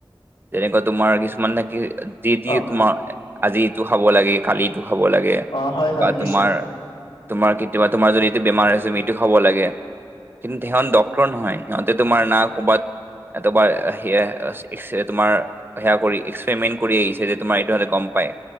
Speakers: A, on the right; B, on the left.
A: তেনেকুৱা তোমাৰ কিছুমান নেকি দি দি
B: অ
A: তোমাৰ আজি এইটো খাব লাগে কালি এইটো খাব লাগে,
B: অ হয় হয়
A: বা তোমাৰ
B: নিশ্চয়
A: তোমাৰ কেতিয়াবা তোমাৰ যদি এইটো বেমাৰ আছে এইটো খাব লাগে। কিন্তু সিহঁত ডক্তৰ নহয় সিহঁতে তোমাৰ না ক'বাত, তোমাৰ সেইয়া এক্সৰে তোমাৰ, সেয়া কৰি এক্সপেৰিমেন্ট কৰি আহিছে যে তোমাৰ এইটো হাতে গম পাই।